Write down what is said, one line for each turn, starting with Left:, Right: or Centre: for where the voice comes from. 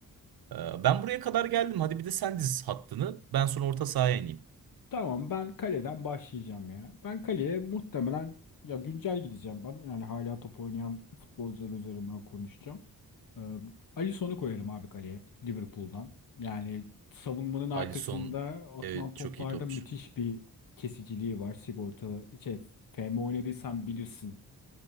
Right: E, Ben buraya kadar geldim. Hadi bir de sen diz hattını. Ben sonra orta sahaya ineyim.
Left: Tamam ben kaleden başlayacağım ya. Ben kaleye muhtemelen ya güncel gideceğim ben. Yani hala top oynayan futbolcular üzerinden konuşacağım. Ee, Alisson'u koyarım abi kaleye Liverpool'dan. Yani savunmanın arkasında
Right: Alisson
Left: atılan
Right: evet
Left: toplarda
Right: çok iyi topçu.
Left: müthiş bir kesiciliği var. Sigorta şey FM oynadıysan bilirsin.